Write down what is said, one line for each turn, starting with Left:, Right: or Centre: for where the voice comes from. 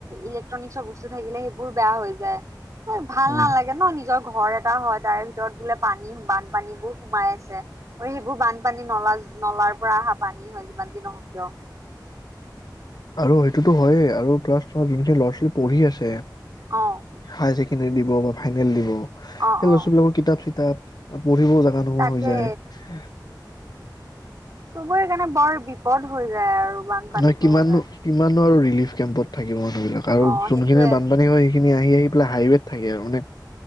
Right: ইলেক্ট্ৰনিকছৰ বস্তু থাকিলে সেইবোৰ বেয়া হৈ যায়। ভাল
Left: উম,
Right: নালাগে ন নিজৰ ঘৰ এটা হয় তাৰে ভিতৰত বোলে পানী বানপানী বোৰ সোমাই আছে। অ সেইবোৰ বানপানী নলা নলাৰ পৰা অহা পানী হয় যিমান যি নহওঁক কিয়
Left: আৰু সেইটোতো হয়েই আৰু প্লাছ তোমাৰ যোনখিনি ল'ৰা-ছোৱালী পঢ়ি আছে
Right: অ',
Left: হাই চেকেণ্ডৰী দিব বা ফাইনেল দিব সেই
Right: অ', অ',
Left: বস্তু বিলাকত কিতাপ চিতাপ পঢ়িবও জাগা নোহোৱা
Right: তাকে
Left: হৈ যায়।
Right: চবৰে কাৰণে বৰ বিপদ হৈ যায় আৰু বানপানীটো
Left: নহয় কিমাননো
Right: হ'লে।
Left: কিমাননো আৰু ৰিলিফ কেম্পত থাকিব মানুহবিলাক আৰু
Right: অ',
Left: যোনখিনিৰ
Right: সেইটোয়ে
Left: বানপানী হয় সেই খিনি আহি আহি পেলাই হাইৱেত থাকে আৰু মানে